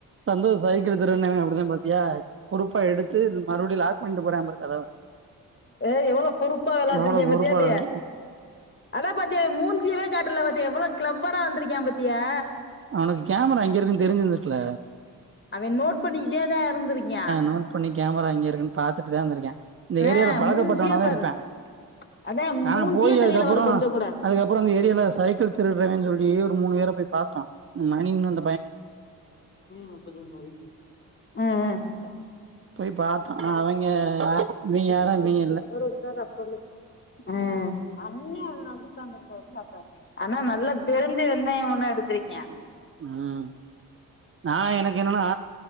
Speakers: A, on the right; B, on the left.
A: சந்தோஷ சாயக்க வீரன்ன அப்படித்தான் பாத்தியா பொறுப்பா எடுத்து மறுபுடியும் லாக் பண்ணிட்டு போறேன் பாரு கதவ
B: ஹ எவளோ பொறுப்பா விளாத்திருக்கான்
A: எவ்ளோ பொறுப்பா
B: பாத்திய இல்லையா
A: இருந்
B: ஆனா பாத்தியா மூஞ்சியவே காட்டல பாத்திய எவ்ளோ க்ளவரா வந்திருக்கா பாத் த்தியா
A: அவனுக்கு கேமரா அங்க இருக்குன்னு தெரிஞ்சிருந்துட்டுல
B: அவே நோட்ண்ணி கிட்டே தான் இருந்தருங்க
A: நோட் பண்ணி கேமரா இங்க இருக்குன்னு பாத்துட்டுதான் இருந்தக்கேன் இந்த ஏரியாலில
B: ஆ
A: பழக்கப்பட்டவன
B: மூஞ்சியே
A: தான்
B: பாரு
A: இருப்பேன்
B: அதா
A: ஆான்
B: மூஞ்சியே
A: போய்
B: தெரியல
A: அதுக்கப்புறம்
B: பாரு கொஞ்சோ கூட
A: அதுக்கப்புறம் இந்த ஏரியால சைக்கிள் திருடுறன்னு சொல்லி மூணு பேர போய் பார்த்தோம் இன்னொன்னு
B: மப்ப நிறைய இருக்கு ஹம் உஹம்
A: போய் பாத்தோம். ஆனா, அவெங்க யார் இவெங்க
B: கொஞ்சமா
A: யாரும் இவெங்க இல்ல.
B: நடப்ப ஆஹ் அண்ணேண் வந்து உட்கார்ந்து இருந்தாரு ஆனா நல்லா தெரிஞ்சு வந்த உன்னும் எடுடுத்திருக்கன்
A: உஹம் நான் எனக்கு என்னன்னா